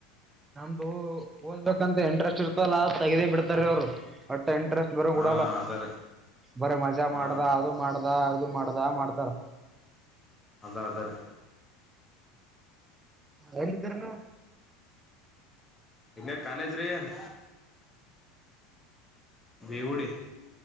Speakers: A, on the right; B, on the left.
A: ನಮ್ದು ಓದಬೇಕಂತ ಇಂಟ್ರೆಸ್ಟ್ ಇರ್ತಲ್ಲ ತಗದೇ ಬಿಡ್ತಾರ ಅವ್ರು ಬಟ್ ಇಂಟ್ರೆಸ್ಟ್ ಬರ
B: ಹಾ
A: ಕೊಡಲ್ಲ
B: ಅದರಿ
A: ಬರ ಮಜಾ
B: ಹಾ
A: ಮಾಡದ ಅದು ಮಾಡದ ಅದು ಮಾಡ್ದ ಮಾಡ <unintelligible>
B: ಅದ ಅದಾರಿ
A: ಎಲ್ಲಿದ್ದೀರ ನೀವು
B: ಇಲ್ಲೇ ಕಾಲೇಜ್ರೀ ಏನ್ ಬವುರೆ